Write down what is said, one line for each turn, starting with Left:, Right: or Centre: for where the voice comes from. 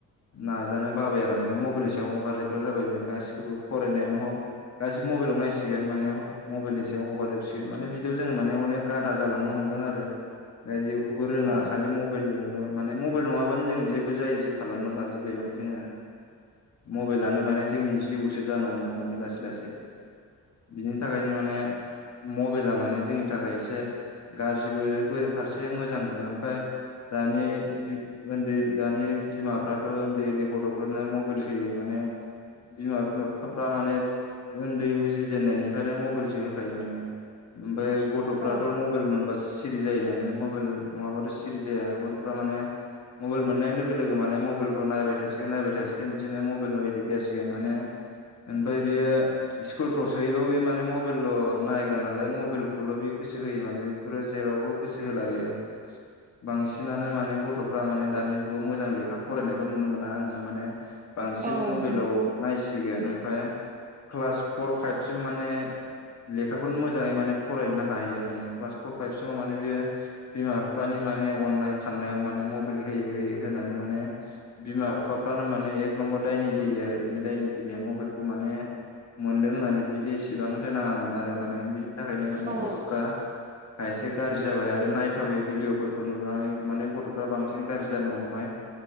Left: नाजानो बाबाय आरो माने मबाइलनि सायाव हगारजोबग्रा जाबाय जों गासिखौबो फरायनायानो हक गासैबो मबाइलाव नायसिगोन माने मबाइलनि सायाव हगारजोबसिगोन माने बिदियाव जोङो माने अनेक गादा जालांनो हमो हमदों आरो दा जेबोखोनोरोङा
Right: औ
Left: खालि मबायल माने मबाइल नङाबानो जों जेबो जायिसो खालामना लाजोबबाय माने जोङो मबाइलानो माने जोंनि जिउसो जानो हमदों माने लासै लासै बिनि थाखायनो माने मबाइला माने जोंनि थाखाय एसे गाज्रिबो बा फारसे मोजांबो ओमफ्राय दानि उन्दै दानि बिमाफ्राथ' उन्दै उन्दै गथ'फोरनो मबाइल होयो माने बिमा बिफाफ्रा माने उन्दै उजि जेननायनिफ्राय मबाइलसो होखायो माने ओमफ्राय गथ'फ्राथ'
Right: औ
Left: मबाइल मोनबा सिरि जायो नालाय मबाइल नङाबाथ' सिरि जाया माने मबाइल मोननाय लोगो माने मबाइल खौ नायबाय थसिगोन नायबाय थासिगोन बिदिनो मबाइलाव एदिक जासि गोन माने ओमफ्राय बियो स्कुलफ्राव सोहैबाबो बे माने मबाइल' नायग्रा नालाय मबाइलखौल' बे गोसो होयो बेफोरो जेरावबो गोसो होला बेयो बांसिनानो माने गथ'फ्रा माने दानि जुगाव मोजां लेखा फरायनायखौ नुनो मोना आङो माने बांसिन
Right: औ
Left: मबाइलाव
Right: नंगौ
Left: नायसिगोन ओमफ्राय क्लास फर फाइभसिम माने लेखाखौनो मोजाङै माने फरायोननो हाहैया माने क्लास फर फाइभसिमाव माने बियो बिमा बिफानि माने अनय खानायाव माने मबाइल होयै होयै होनानै माने बिमा बिफाफोरानो माने एखनमबर दायनिगिरि आरो बिनि दायनिगिरिया मबाइलखौ माने मोनदों होननानै बिदि इसेबां होनाङामोन आरो माने बि थाखायनो माने
Right: औ
Left: गथ'फ्रा एसे गाज्रि जाबाय आरो नायथावयै भिडिअफोरखौ फोर नुबाय माने गथ'फ्रा बांसिन गाज्रि जानो हमबाय